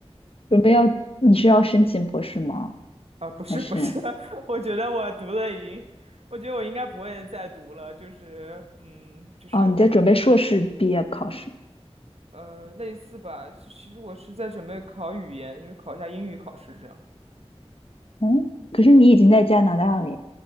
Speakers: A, on the left (about 60°); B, on the right (about 70°).
A: 准备要，你是要申请博士吗？
B: <laughs> 啊，不是不是，
A: 还是，
B: <laughs> 我觉得我读的已经，我觉得我应该不会再读了。就是，嗯，就是
A: 哦，你在准备硕士毕业考试？
B: 呃，类似吧。其其实我是在准备考语言，就是考一下英语考试这样。
A: 嗯，可是你已经在加拿大了呀，